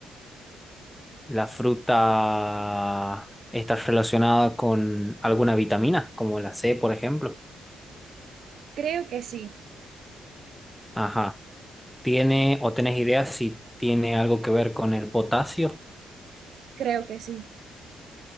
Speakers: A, in the centre; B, on the right (about 65°).
A: ¿La fruta está relacionada con alguna vitamina, como la C, por ejemplo?
B: Creo que sí,
A: Ajá. Tiene, o tenés idea si tiene algo que ver con el potasio.
B: creo que sí.